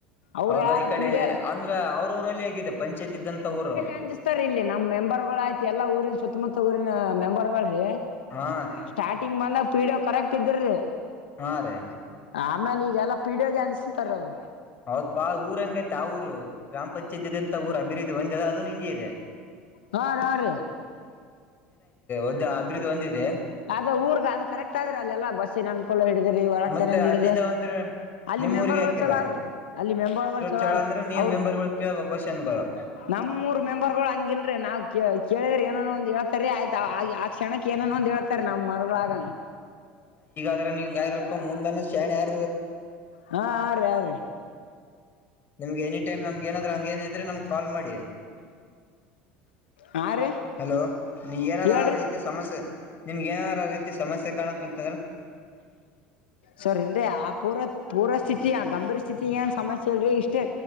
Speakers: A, on the left; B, on the left.
A: ಅವ್ರು
B: ಹೌದಾ
A: ಯಾರ
B: ಈ ಕಡೆ
A: ಪಿ ಡಿ
B: ಅಂದ್ರ ಅವ್ರ ಊರಲ್ಲಿ ಹೇಗಿದೆ ಪಂಚಾಯತ್ ಇದ್ದಂತ ಊರು
A: ಅಂಜಿಸ್ತಾರ್ ಇಲ್ಲಿ ನಮ್ಮ್ ಮೆಂಬರ್ ಗಳು ಆಯ್ತ ಎಲ್ಲ ಊರಿನ ಸುತ್ತಮುತ್ತ ಊರಿನ ಮೆಂಬರ್ ಗಳೀ
B: ಹಾ
A: ಸ್ಟಾರ್ಟಿಂಗ್ ಬಂದಾಗ ಪೀಡೋ ಕರೆಕ್ಟ್ ಇದ್ರಿ
B: ಹಾ ರೀ
A: <inaudible> ಆಮೇಲೆ ಈಗೆಲ್ಲ ಪೀಡಿಯೋ ಜೆನ್ಸ ತಾರೆ ಅವರು
B: ಹೌದ ಬಾ ಊರ ಹಂಗೈತೆ ಆ ಊರು ಗ್ರಾಮ ಪಂಚಾಯತ್ಂತ ಊರ ಅಭಿವೃದ್ಧಿ ಒಂದಿದೆ ಅದದು ಹಿಂಗಗೆ ಇದೆ
A: ಹಾ ರ ಹಾ ರೀ
B: ಒದ್ ಅಭಿವೃದ್ಧಿ ಒಂದಿದೆ
A: ಅದ ಊರ್ಗ ಅದ ಕರೆಕ್ಟ್ ಆದ್ರ ಅಲ್ಲ ಎಲ್ಲಾ ಬಸ್ಸಿನ ಅನ್ಕೊಳ್ಳ ಹಿಡಿದ್ರಿ ಹೊರ
B: ಮತ್ತೆ
A: ಚನ್ನಂಡ್ ಹಿಡ್ದು
B: ಅಲ್ಲಿದ್ದ ಅಂದ್ರೆ
A: ಅಲ್ಲಿ
B: ನಿಮ್ಮ್
A: ಮೆಂಬರ್ಗಳು
B: ಊರಿಗೆ ಹಾಕಿಲ್ಲ
A: ಚಲೋ ಅಲ್ಲಿ ಮೆಂಬರ್ಗಳು ಚಲೋ್ರಿ
B: ಚೇಳ ಅಂದ್ರೆ ನೀವ್
A: ಅವ್ರ
B: ಮೆಂಬರ್ಗಳು ಕೇಳ್ಬೇಕು ಕ್ವಶನ್ಗಳು
A: ನಮ್ಮೂರ್ ಮೆಂಬರ್ ಗಳು ಹಂಗಿಲ್ರಿ ನಾವು ಕೇಳಿದ್ರೆ ಏನ ಒಂದ್ ಹೇಳ್ತಾರೀ ಆಯ್ತ ಆ ಆ ಕ್ಷಣಕ್ ಏನಾನ ಒಂದ್ ಹೇಳ್ತಾರ ನಮ್ ಮನಗ
B: ಅ ನೀ್ ಗರಲ್ಪ್ಪ ಮುಂದ ಸಣಿ <unintelligible>
A: ಹಾ ಆ ರೀ ಆ ರೀ
B: ನಿಮ್ಗೆ ಎನಿ ಟೈಮ್ ನಮ್ಗ ಏನಾದ್ರೂ ಹಂಗೇನ ಇದ್ರೆ ನಮ್ಗ್ ಕಾಲ್ ಮಾಡಿ
A: ಹಾ ರೀ
B: ಹಲೋ ನೀಗ ಏನಾದ
A: ಹೇಳ್ರಿ
B: ಆ ರೀತಿ ಸಮಸ್ಯೆ ನಿಮ್ಗೆ ಏನಾರ ರೀತಿ ಸಮಸ್ಯೆ ಕಾಣಕ್ಕ ಕು
A: ಸರಿ ಇಲ್ರಿ ಆ ಪೂರ ಪೂರ ಸಿ ಸ್ತಿ ಗಂಭೀರ ಸ್ಥಿತಿ ಏನ್ ಸಮಸ್ಯೆ ಇಲ್ರರಿ ಇಷ್ಟೇ